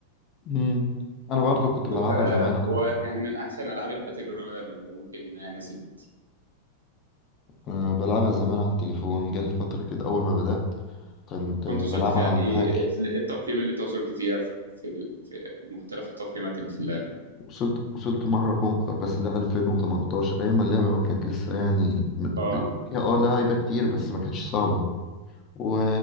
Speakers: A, on the left; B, on the right.
A: امم انا برضو كنت
B: ويعني
A: بلعبها زمان على
B: و...
A: التليفون
B: ويعني من احسن العاب الباتل رويال اللي ممكن انها نزلت
A: انا بلعبها زمان على التليفون جالي فترة كده اول ما بدأت كنت
B: كنت
A: بلعبها
B: وصلت فيها
A: على
B: لايه
A: المحاكي
B: إيه التقييم اللي انت وصلت فيها في, في... في مختلف التقييمات اللي في اللعبه
A: وصلت وصلت مرة كونكر بس ده 2018 ايام ما اللعبة ما كانت لسه يعني م-
B: اه
A: ب- فيها اه لعيبة كتير بس ما كانتش صعبة و...